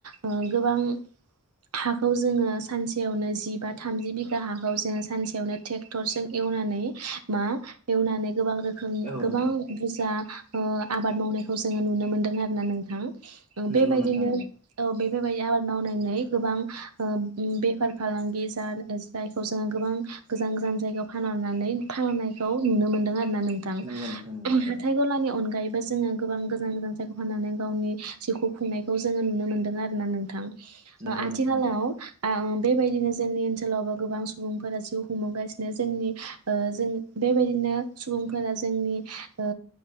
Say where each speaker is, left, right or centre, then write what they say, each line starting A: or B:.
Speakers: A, on the right; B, on the right.
A: ओ गोबां हाखौ जोङो सानसेयावनो जिबा थामजि बिगा हाखौ जोङो सानसेयावनो ट्रेक्टरजों एवनानै मा एवनानै गोबां रो खोम
B: औ
A: गोबां
B: नोंथां
A: बुजा ओ आबाद मावनायखौ जोङो नुनो मोनदों आरो ना नोंथां
B: नंगौ
A: बेबायदिनो
B: नोंथां नंगौ
A: औ बे बेबायदि आबाद मावनानै गोबां ओ उम बेफार फालांगि जानो जायखौ जों गोबां गोजान गोजान जायगायाव फानहरनानै फाहामनायखौ नुनो मोन्दों आरो ना नोंथां
B: नंगौ नोंथां नंगौ
A: उम
B: थारैनो
A: हाथाय गलानि अनगायै जोङो गोबां गोजान गोजान जायगा फाननानै गावनि जिउखौ खुंनायखौ जोङो नुनो मोन्दों आरो ना नोंथां।
B: नंगौ
A: आथिखाालाव
B: नोंथां नंगौ
A: आं। बेबायदिनो जोंनि ओनसोलावबो गोबां सुबुंफोरा जिउ खुंबोगासिनो जोंनि। ओ जों बेबायदिनो सुबुंफोरा जोंनि ओ